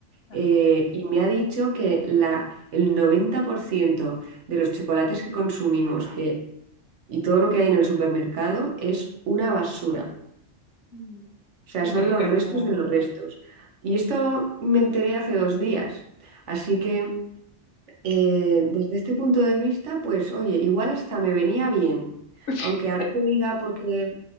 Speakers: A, on the left; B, on the right.
A: Ah,
B: eh, y me ha dicho que la, el 90% de los chocolates que consumimos que, y todo lo que hay en el supermercado es una basura.
A: mm,
B: O sea,
A: Qué
B: son
A: triste
B: los
A: enterar.
B: restos de los restos. Y esto me enteré hace dos días. Así que... Eh, desde este punto de vista, pues oye, igual hasta me venía bien,
A: <laughs>
B: aunque ahora te diga porque